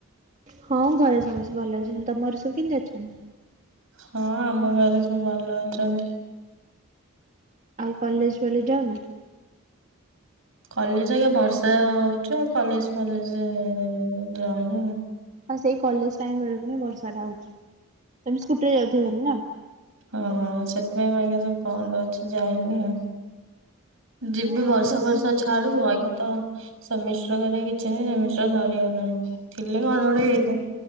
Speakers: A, on the right (about 35°); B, on the right (about 65°).
A: ହଁ ଘରେ ସମସ୍ତେ ଭଲ ଅଛନ୍ତି ତମ ଘରେ ସବୁ କେମତି ଅଛନ୍ତି?
B: ହଁ ଆମ ଘରେ ସବୁ ଭଲ ଅଛନ୍ତି।
A: ଆଉ କଲେଜ ଫଲେଜ୍ ଯାଉନ?
B: କଲେଜ ଆଜ୍ଞା ବର୍ଷା ହଉଚି ଆଉ କଲେଜ ଫଲେଜ ଏଁ ଯାଉନି।
A: ହଁ ସେଇ କଲେଜ ଟାଇମ୍ ବେଳୁକୁ ହିଁ ବର୍ଷାଟା ହଉଚି ତମେ ସ୍କୁଟିରେ ଯାଉଥିବ ଭାରି ନା?
B: ହଁ ସେଥିପାଇଁ ପାଇଁକା ଯୋଉ ବନ୍ଦ ଅଛି ଯାଇନି। ଯିବି
A: ହଁ ଆମେ
B: ବର୍ଷା
A: ତ
B: ଫର୍ଷା ଛାଡୁ ଅଇକା ତ ସେମିଷ୍ଟାର ଘରିକା କିଛି ବି ସେମିଷ୍ଟାର ସରିଗଲାଣି ଥିଲେ କଣ ଗୋଟେ ହେଇଥା